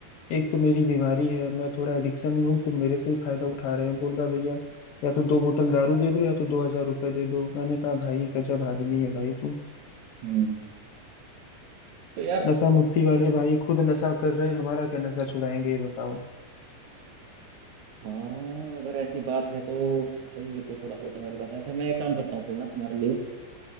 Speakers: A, on the left; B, on the right.
A: एक तो मेरी बीमारी है मैं थोड़ा एडिक्शन में हूँ तुम मेरे से ही फायदा उठा रहे हो बोल रहा भैया या तो दो बोतल दारू दे दो या तो दो हजार रुपये दे दो मैंने कहा भाई गजब आदमी है भाई तू
B: हम्म, तो यार
A: नशा मुक्ति वाले भाई खुद नशा कर रहे हैं हमारा क्या नशा छुड़ाएंगे ये बताओ
B: हाँ अगर ऐसी बात है तो भाई ये तो थोड़ा सोचने वाली बात है अच्छा मैं एक काम करता हूँ फिर ना तुम्हारे लिए